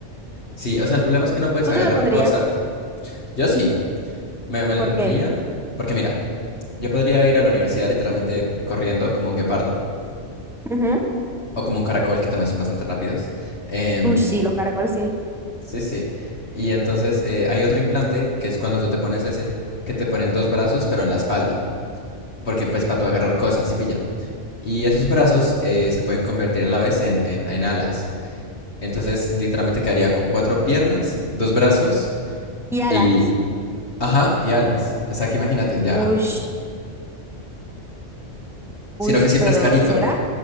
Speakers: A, on the left; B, in the centre.
A: Sí, o sea, el problema es que no puedes
B: Tú
A: agarrar
B: te lo pondrías,
A: cosas. Yo sí, Me, me los
B: ¿por
A: pondría
B: qué?
A: porque mira, yo podría ir a la universidad literalmente corriendo como un guepardo
B: Ujú.
A: o como un caracol, que también son bastante rápidos. Em,
B: Ush, sí, los caracoles sí.
A: sí, sí. Y entonces eh, hay otro implante, que es cuando tú te pones ese, que te ponen dos brazos, pero en la espalda, porque pues para tú agarrar cosas y pilla. Y esos brazos eh, se pueden convertir a la vez en, en, en alas. Entonces, literalmente quedaría con cuatro piernas, dos brazos
B: Y alas.
A: y... Ajá, y alas. O sea que imagínate ya.
B: Ush,
A: Sino
B: ush,
A: que siempre
B: pero
A: es carito.
B: ¿será?